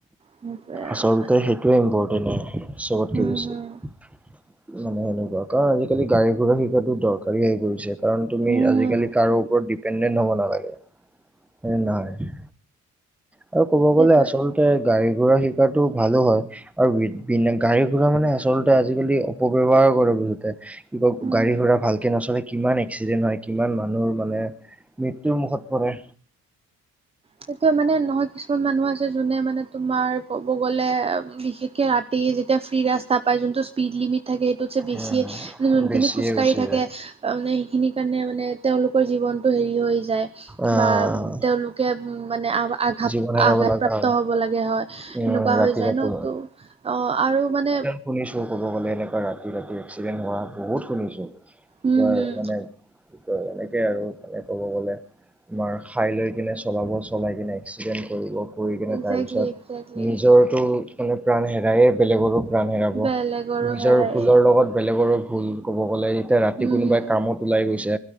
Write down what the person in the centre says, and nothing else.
আচলতে সেইটোৱে ইম্পৰ্টেণ্টনে চবতকে
বেছি।
মানে, সেনেকুৱা। কাৰণ, আজিকালি গাড়ী-ঘোড়া শিকাটো দৰকাৰী হৈ গৈছে। কাৰণ, তুমি
আজিকালি,
কাৰো ওপৰত ডিপেণ্ডেণ্ট হ'ব নালাগে। এ, নহয়। আৰু ক'ব
গ'লে আচলতে, গাড়ী-ঘোড়া শিকাটো ভালো বাৰু। আৰু বি, গাড়ী-ঘোড়া মানে, আচলতে আজিকালি, অপব্যৱহাৰ কৰে বহুতে। <unintelligible>
গাড়ী-ঘোড়া ভালকে নচলে, কিমান এক্সিডেণ্ট হয়, কিমান মানুহৰ মানে, মৃত্যুৰ মুখত পৰে।
উম,
বেছিয়ে
গুচি
যায়
আহ
জীৱন হেৰাব লগা হয়।
উম ৰাতি
ৰাতি
শুনিছোঁ ক'ব গ'লে, এনেকুৱা ৰাতি-ৰাতি এক্সিডেণ্ট হোৱা, বহুত শুনিছোঁ। কি
কয়
মানে, কি কয় মানে, তাকে আৰু মানে, ক'ব গ'লে। মাৰ, খাই লৈ কিনে চলাব, চলাই কিনে এক্সিডেণ্ট কৰিব। পৰি কিনে
টাইমছত।
নিজৰটো মানে, প্ৰাণ হেৰাইয়ে, বেলেগৰো প্ৰাণ হেৰাব।
নিজৰ
ভুলৰ লগত, বেলেগৰো ভুল, ক'ব গ'লে। এতিয়া, ৰাতি
কোনোবাই কামত ওলাই গৈছে।